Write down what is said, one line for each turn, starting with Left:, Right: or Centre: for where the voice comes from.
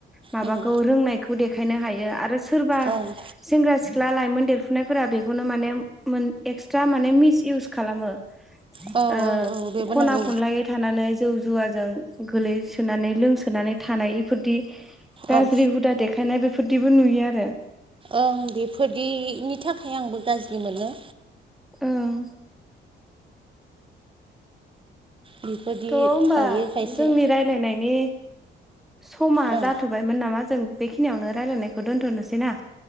Centre: माबाखौ
Right: उम
Centre: रोंनायखौ देखायनो हायो आरो सोरबा
Right: ओं
Centre: सेंग्रा सिख्ला लाइमोन देरफुनायफोरा बेखौनो माने एक्सट्रा माने मिस इउस खालामो।
Right: औ औ
Centre: ओं
Right: औ बेबो
Centre: खना
Right: नांगौ
Centre: खनलायै थानानै जौ जुवाजों गोलैसोनानै लोंसोनानै थानाय इफोरदि गाज्रि
Right: ओं
Centre: हुदा देखायनाय बेफोरदिबो नुयो आरो।
Right: ओं बेफोरदिनि थाखाय आंबो गाज्रि मोनो।
Centre: ओं।
Right: बेफोरदि
Centre: थ' होनबा
Right: थायो खायसे
Centre: जोंनि रायलायनायनि समा
Right: ओ
Centre: जाथ'बायमोन नामा जों बेखिनियावनो रायजलायनायखौ दोन्थ'नो सै ना?